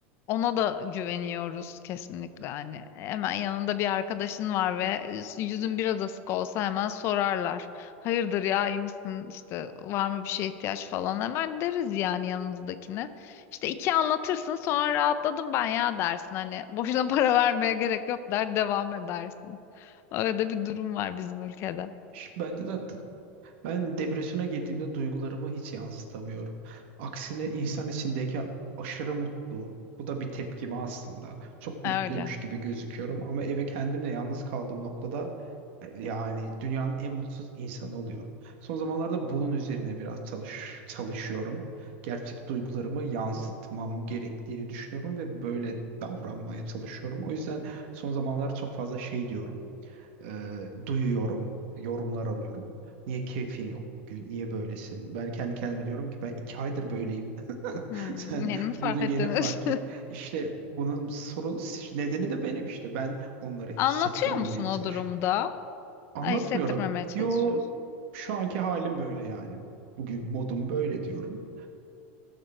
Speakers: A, on the left; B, on the right.
A: ona da güveniyoruz kesinlikle hani hemen yanında bir arkadaşın var ve yüzün biraz asık olsa hemen sorarlar. Hayırdır ya iyi misin işte var mı bir şeye ihtiyaç falan hemen deriz yani yanımızdakine. İşte iki anlatırsın sonra rahatladım ben ya dersin hani boşuna <laughs> para vermeye gerek yok der devam edersin. Öyle de bir durum var bizim ülkede.
B: Ş- Bende de Ben depresyona girdiğimde duygularımı hiç yansıtamıyorum. Aksine insan içindeyken aşırı mutlu. Bu da bir tepkime aslında. Çok mutluymuş
A: Öyle.
B: gibi gözüküyorum ama eve kendimle yalnız kaldığım noktada e, yani dünyanın en mutsuz insanı oluyorum. Son zamanlarda bunun üzerine biraz çalış çalışıyorum. Gerçek duygularımı yansıtmam gerektiğini düşünüyorum ve böyle davranmaya çalışıyorum. O yüzden son zamanlar çok fazla şey diyorum. Ee, duyuyorum, yorumlar alıyorum. Niye keyfin yok bugün? Niye böylesin? Ben kendi kendime diyorum ki ben iki aydır böyleyim. <laughs>
A: Hmm,
B: Sen
A: yeni mi fark
B: bunu yeni
A: ettiniz?
B: fark et. İşte bunun sorun nedeni de benim işte. Ben onları hissettirmemeye
A: Anlatıyor musun
B: çalış.
A: o durumda?
B: Anlatmıyorum.
A: Ay, hissettirmemeye çalışıyorsun.
B: Yo, şu anki halim böyle yani. Bugün modum böyle diyorum.